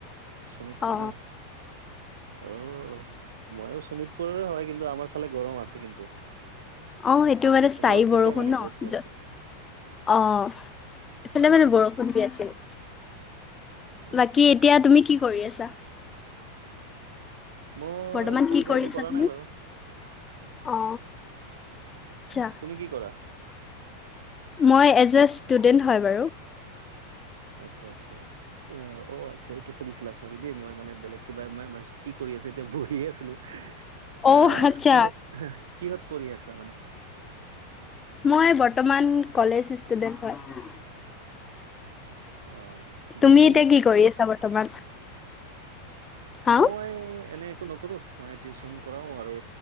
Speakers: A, on the right; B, on the left.
A: শোণিতপুৰ
B: অ
A: ন। অ' ময়ো শোণিতপুৰৰে হয় কিন্তু আমাৰ ফালে গৰম আছে কিন্তু।
B: অ' সেইটো মানে স্থায়ী
A: ৰ'দ দিছে
B: বৰষুণ
A: মানে
B: ন
A: বহুত ৰ'দ
B: য
A: দিছে।
B: অ' এইফালে মানে বৰষুণ দি আছিল। বাকী
A: আচ্ছা
B: এতিয়া তুমি কি কৰি আছা?
A: মই
B: বৰ্তমান
A: তেনেকে
B: কি কৰি
A: একো
B: আছা
A: কৰা
B: তুমি
A: নাই বাৰু।
B: অ আচ্ছা
A: তুমি কি কৰা?
B: মই এজ এ ষ্টুডেন্ট হয় বাৰু।
A: আচ্ছা আচ্ছা। অ', অ' আচ্ছা এইটো সুধিছিলা চৰি দেই মই মানে বেলেগ কিবা মই ভাবিছো কি কৰি আছো এতিয়া বহিয়ে আছিলো।
B: অ
A: আহ
B: আচ্ছা
A: কিহত কিহত পৰিঢ় আছ মানে?
B: মই বৰ্তমান কলেজ ষ্টুডেন্ট হয়।
A: অ'।
B: তুমি
A: ডিগ্ৰী
B: এতিয়া
A: নে
B: কি কৰি আছা বৰ্তমান? হা
A: মই এনেই একো নকৰোঁ। মই টিউচন কৰাওঁ আৰু,